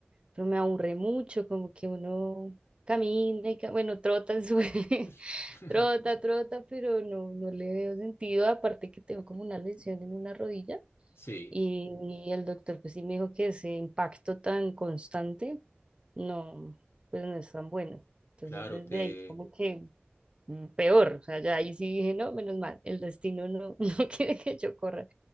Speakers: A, on the right; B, on the left.
A: pero me aburre mucho, como que uno camina y, ca- bueno, trota en su... <laughs>
B: <laughs>
A: trota, trota, pero no, no le veo sentido. Aparte que tengo como una lesión en una rodilla
B: Sí,
A: y, y el doctor pues sí me dijo que ese impacto tan constante no, pues no es tan bueno. Entonces
B: claro,
A: desde
B: te
A: ahí como que mm, peor. O sea, ya ahí sí dije, no, menos mal, el destino no, <laughs> no quiere que yo corra.